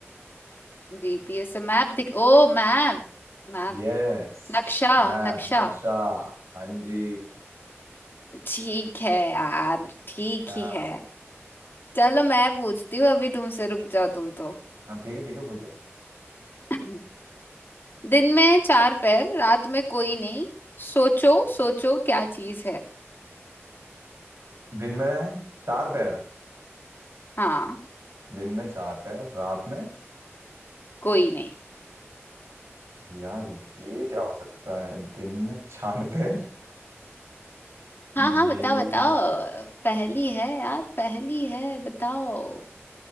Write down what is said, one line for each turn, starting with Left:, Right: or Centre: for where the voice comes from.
Left: जीपीएस से मैप दिख ओ मैप मैप
Right: यस
Left: नक्शा
Right: मैप
Left: नक्शा
Right: नक्शा हाँ जी
Left: ठीक है यार ठीक
Right: दिखा
Left: ही है चलो मैं पूछती हूँ अभी तुमसे रुक जाओ तुम तो
Right: हाँ ठीक है ठीक है पूछो
Left: <clears throat> दिन में चार पैर रात में कोई नहीं सोचो सोचो क्या चीज है
Right: दिन में चार पैर
Left: हाँ
Right: दिन में चार पैर रात में
Left: कोई नहीं
Right: यार ये क्या हो सकता है दिन में चार <laughs> पैर ये
Left: हाँ हाँ बताओ बताओ पहली है यार पहली है बताओ